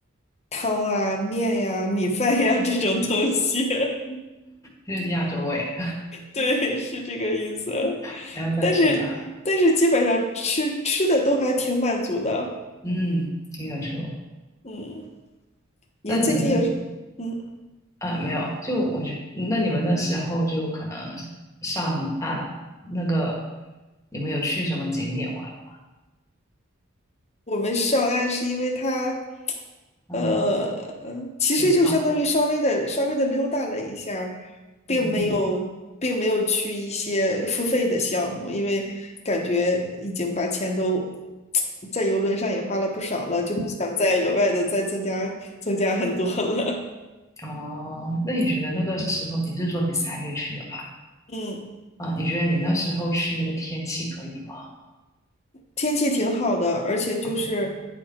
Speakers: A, on the left; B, on the left.
A: 汤啊、面呀、米饭呀这种东西。<laughs>
B: 就是亚洲味，
A: 对，是这个意思。
B: <laughs> 还要再吃啊？
A: 但是，但是基本上吃吃的都还挺满足的。
B: 嗯，听得出。
A: 嗯，您最近有什，
B: 那你们
A: 嗯，嗯。
B: 啊，没有，就我觉那你们那时候就可能上岸那个，你们有去什么景点玩吗
A: 我们上岸是因为他，
B: 嗯，
A: 呃，其实就相当于稍微的稍微的溜达了一下儿
B: 挺好。
A: 并没嗯有并没有去一些付费的项目，
B: 嗯，
A: 因为感觉已经把钱都在游轮上也花了不少了，就不想再额外的再增加增加很多了。
B: 哦，那你觉得那个时候你是说你三月去的吧？
A: <laughs> 嗯，
B: 啊，你觉得你那时候去那个天气可以吗？
A: 天气挺好的，而且就是
B: 啊，